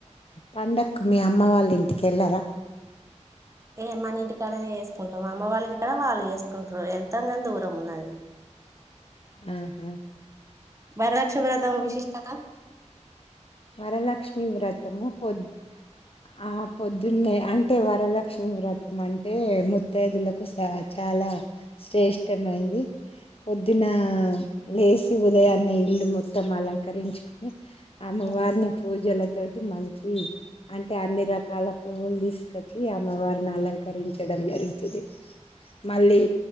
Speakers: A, on the left; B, on the right.
A: పండకు మీ అమ్మ వాళ్ళు ఇంటికి వెళ్లరాా
B: ఏ మన ఇంటికాడనే వేసుకుంటాం అమ్మ వాళ్ళ ఇంటికాడ వాళ్ళు వేసుకుంటారు. వెళ్తాం కానీ దూరం ఉన్నది.
A: హ్మ్ హు
B: వరలక్మి వ్రతం విశిష్టత
A: వరలక్ష్మి వ్రతము పొద్ ఆ పొద్దున్నే అంటే వరలక్ష్మి వ్రతం అంటే ముత్తైదులకు సా చాలా శ్రేష్టంమయింది. పొద్దున లేసి ఉదయాన్నే ఇల్లు మొత్తం అలంకరించుకుని
B: చేసుకుంటారా
A: అమ్మ వారిని పూజలత్ టీ మంచి అంటే అన్ని రకాల పువ్వులు తీసుకొచ్చి అమ్మవారిని అలంకరించడం జరుగుతుంది. మళ్ళీ